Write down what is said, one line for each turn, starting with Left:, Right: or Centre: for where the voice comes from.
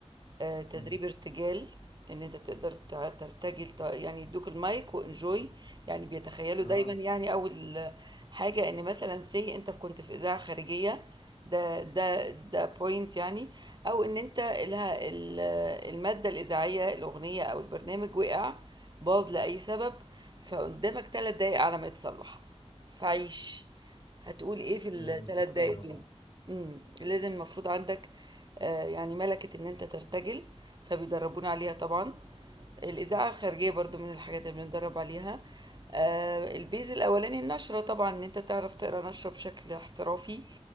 Right: آه، تدريب
Left: مم.
Right: ارتجال ان انت تقدر ت- ترتجل ط- يعني يدوك المايك وانجوي يعني بيتخيلوا
Left: اه
Right: دايما يعني اول حاجة ان مثلا سي انت كنت في اذاعة خارجية ده ده ده بوينت يعني او ان انت لها ال- المادة الاذاعية الاغنية او البرنامج وقع باظ لاي سبب فقدامك ثلاث دقايق على ما يتصلح فعيش هتقول ايه في الثلاث
Left: لازم تتصرف
Right: دقايق دول
Left: بقى
Right: امم لازم المفروض عندك آه، يعني ملكة ان انت ترتجل فبيدربونا عليها طبعا الإذاعة الخارجية برضو من الحاجات اللي بندرب عليها آه، البيز الأولاني النشرة طبعا ان انت تعرف تقرا نشرة بشكل احترافي